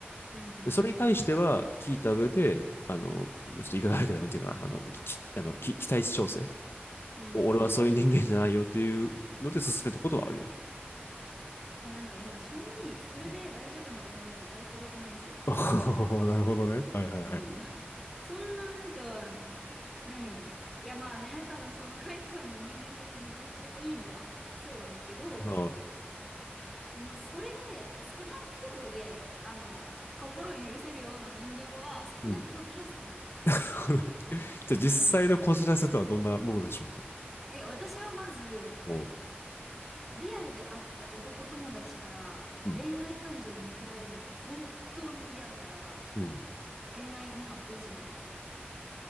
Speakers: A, in the centre; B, on the left.
A: うん
B: それに対しては聞いた上で、あの、ちょっと言い方悪いけど、なんていうかな、あの、きあのき期待値調整
A: うん。うん。
B: 俺はそういう人間じゃないよっていうので進めたことはあるよ。
A: え、なんかまあ、正味、それで大丈夫な女って大したことないんですよ、
B: うん
A: そのトラウマって。
B: <laughs> なるほどね。はいはいはいはい。
A: うん。<laughs> そんななんか、何いやまあね、多分そのカイトさんの人間性もめちゃくちゃいいのはそうなんだけど、
B: ああ
A: まあそれで、その程度で、あの、心を許せるような人間はそんなにこじらせてない。
B: うん <laughs> じゃあ
A: 本当に。
B: 実際のこじらせとはどんなものでしょうか
A: え、私はまず、
B: も
A: リアルで会った男友達から恋愛感情を向けられるのが本当に嫌だから、
B: ううん。うん。
A: 恋愛に発展しないです。